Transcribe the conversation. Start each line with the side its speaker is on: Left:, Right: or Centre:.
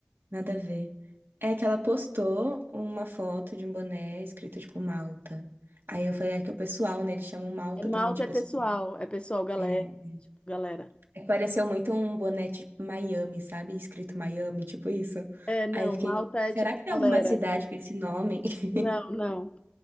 Right: Nada a ver. É que ela postou uma foto de um boné escrito tipo Malta. Aí eu falei, é que é o pessoal, né? Eles chamam Malta
Left: É, Malta
Right: também de pessoal.
Left: é pessoal, é pessoal, galera.
Right: É,
Left: Tipo, galera.
Right: é que pareceu muito um boné tipo Miami, sabe? Escrito Miami, tipo isso.
Left: É, não,
Right: Aí eu fiquei,
Left: Malta é
Right: será
Left: tipo
Right: que tem
Left: galera.
Right: alguma cidade com esse nome? <laughs>
Left: Não, não.